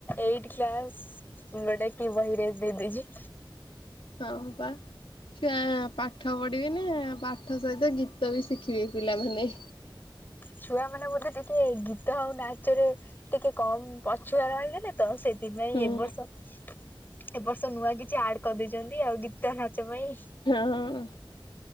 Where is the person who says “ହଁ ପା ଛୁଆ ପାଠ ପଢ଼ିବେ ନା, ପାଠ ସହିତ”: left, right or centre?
Left